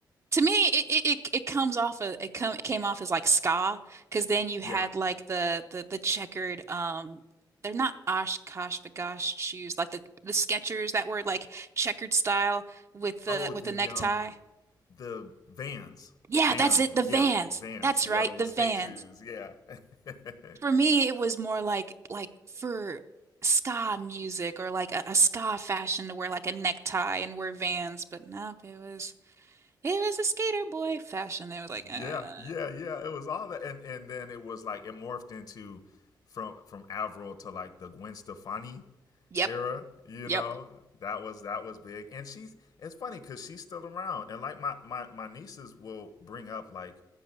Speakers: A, on the right (about 35°); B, on the left (about 55°).
A: To me, it, it it it comes off of, it come it came off as like ska, because then you had
B: Yeah.
A: like the the the checkered um they're not Oshkosh bagosh shoes like the the Skechers that were like checkered style with the
B: Oh,
A: with
B: the
A: the necktie.
B: um, the Vans.
A: Yeah,
B: Vans.
A: that's it. The
B: Yeah,
A: Vans.
B: Vans.
A: That's right,
B: Yeah, the little
A: the
B: skate
A: Vans.
B: shoes. Yeah. <laughs> yeah,
A: For me, it was more like like for ska music or like a, a ska fashion to wear like a necktie and wear Vans. But nope, it was it was a skater boy fashion. It was like,
B: yeah,
A: uh,
B: yeah. It was all that, and and then it was like it morphed into from from Avril to like the Gwen Stefani
A: yep,
B: era you
A: yep,
B: know that was that was big and she's it's funny because she's still around and like my, my my nieces will bring up like